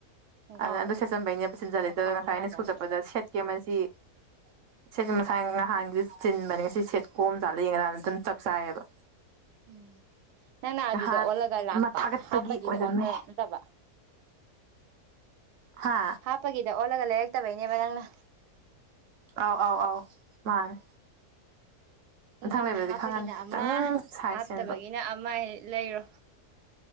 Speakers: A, on the right; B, on the right.
A: ꯈꯣꯡꯒ꯭ꯔꯥꯎ
B: ꯑꯗ ꯑꯗꯨ ꯁꯦꯠꯆꯟꯕꯩꯅꯦ ꯆꯤꯟꯖꯜꯂꯤꯗꯣ
A: ꯑꯃ ꯊꯥꯕ
B: ꯉꯁꯥꯏ ꯑꯩꯅ
A: ꯃꯥꯟꯅꯕꯅꯤꯅ
B: ꯁ꯭ꯀꯨꯜ ꯆꯠꯄꯗ ꯁꯦꯠꯀꯦ ꯃꯁꯤ <unintelligible> ꯃꯁꯥꯏ ꯅꯍꯥꯟꯒꯤꯗꯣ ꯆꯤꯟꯕꯅꯦ ꯉꯁꯤ ꯁꯦꯠ ꯀꯣꯝ ꯖꯥꯠꯂ ꯌꯦꯡꯒꯦꯅ ꯑꯗꯨꯝ ꯆꯞ ꯆꯥꯏꯌꯦꯕ
A: ꯎꯝ ꯅꯪꯅ ꯑꯗꯨꯗ
B: ꯅꯍꯥꯟ
A: ꯑꯣꯜꯂꯒ ꯂꯥꯛꯄ
B: ꯑꯃ ꯊꯥꯒꯠꯄꯒꯤ
A: ꯍꯥꯞꯄꯒꯤꯗ
B: ꯑꯣꯏꯔꯝꯃꯦ
A: ꯑꯣꯟꯕ ꯅꯠꯇꯕ
B: ꯍꯥ
A: ꯍꯥꯞꯄꯒꯤꯗ ꯑꯣꯜꯂꯒ ꯂꯩꯔꯛꯇꯕꯩꯅꯦꯕ ꯅꯪꯅ
B: ꯑꯥꯎ ꯑꯥꯎ ꯑꯥꯎ ꯃꯥꯅꯦ ꯃꯊꯪ
A: ꯑꯗꯨꯅ
B: ꯂꯩꯕꯗꯗꯤ
A: ꯍꯥꯞꯄꯒꯤꯅ
B: ꯈꯪꯉꯅꯤ ꯈꯤꯇꯪ
A: ꯑꯃ
B: ꯁꯥꯏꯖ
A: ꯍꯥꯞꯇꯕꯒꯤꯅ
B: ꯆꯦꯟꯕ
A: ꯑꯃ ꯂꯩꯔꯣ